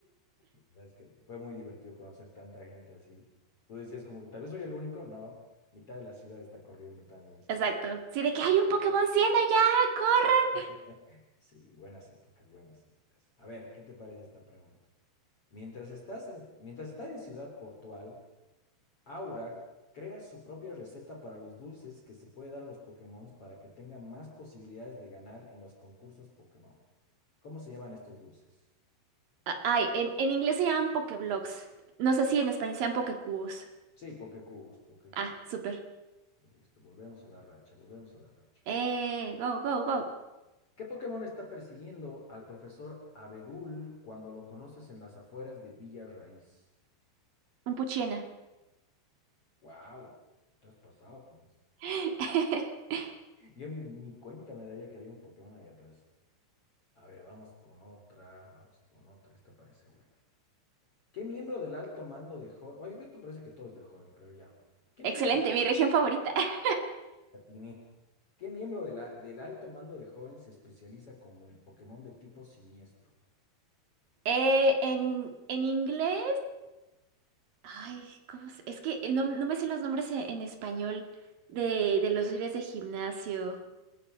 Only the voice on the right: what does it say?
<laughs> Exacto. Sí, de que hay un Pokémon 100 allá, corre.
Ah, Ay, en, en inglés se llaman Pokéblocks. No sé si
en español sean Pokécubos.
Ah, súper.
Eh, go, go, go.
Un puchena.
<laughs>
Excelente,
mi región favorita. <laughs>
Eh, en, en inglés. Ay, ¿cómo se- Es que no, no me sé los nombres en, en español de, de los líderes de gimnasio.